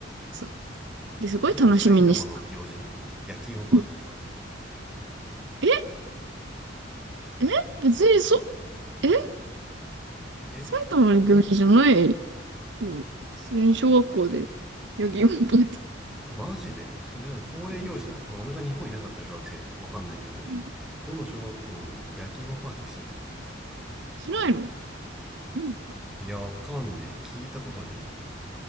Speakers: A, on the right (about 65°); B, in the centre.
A: そう。で、すごい楽しみにした。
B: それね、埼玉の行事焼き芋パーティーは。
A: うんえ、え、別にそ、え、
B: え
A: 埼玉の行事じゃないよ。普通に小学校で、ヨギンパって
B: マジでそれね、恒例行事なのまあ、
A: う
B: 俺が日本いなかったら小学生、わかんないけど、
A: ん
B: どの小学校も焼き芋パーティーするの
A: しないのうん
B: いや、わかんねえ。聞いたことね